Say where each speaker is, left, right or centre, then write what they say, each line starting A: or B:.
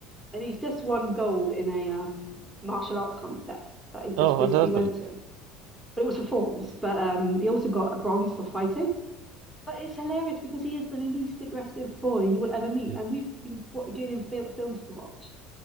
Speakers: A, in the centre; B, on the right.
A: And he's just won gold in a um martial arts contest that he just
B: Oh, fantastic.
A: recently went to. but it was for forms. But um, he also got a bronze for fighting. But it's hilarious because he is the least aggressive boy you will ever meet,
B: Mm.
A: and we've been getting him fil films to watch,